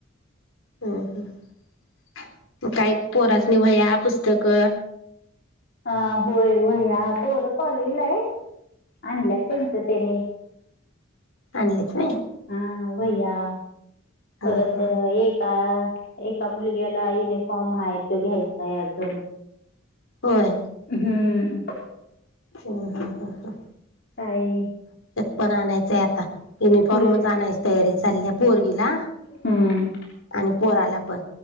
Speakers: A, on the left; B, on the left.
A: हम् हम् काय पोरसणी वह्या पुस्तक
B: अ होय वह्या पोरं कॉलेजला आहेत आणल्यात त्यांचं त्यानी
A: आण आणलिते
B: हा वैया परत
A: हा.
B: एका. एका मुलग्याला युनिफॉर्म हा तो घ्यायचा आहे अजून.
A: होय.
B: हम्म
A: ह हा हा हा.
B: काय <inaudible>
A: पण आणायचंय आता युनिफॉर्मच
B: होईल
A: आणायची तयारी चालल्या पोरगीला.
B: हम्म
A: आणि पोराला पण.